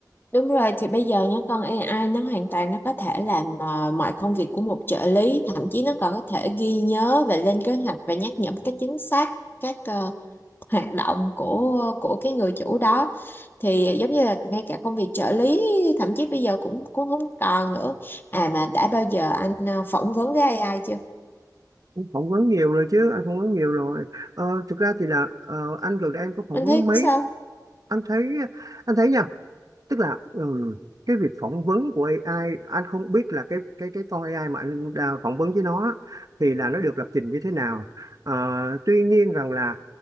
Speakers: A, on the left; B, on the right.
A: Đúng rồi thì bây giờ nhá con AI nó hoàn toàn nó có thể làm ờ, mọi công việc của một trợ lý thậm chí nó còn có thể ghi nhớ và lên kế hoạch và nhắc nhở một cách chính xác các ờ, hoạt động của của cái người chủ đó thì giống như là ngay cả công việc trợ lý thậm chí bây giờ cũng cũng không còn nữa à mà đã bao giờ anh à, phỏng vấn với AI chưa
B: Em phỏng vấn nhiều rồi chứ anh phỏng vấn nhiều rồi ờ, thực ra thì là ờ, anh gần đây anh có phỏng
A: anh
B: vấn
A: thấy
B: mấy
A: sao
B: anh thấy anh thấy nha tức là ừ, cái việc phỏng vấn của AI anh không biết là cái cái cái con AI mà anh đã phỏng vấn với nó thì là nó được lập trình như thế nào Ờ, tuy nhiên rằng là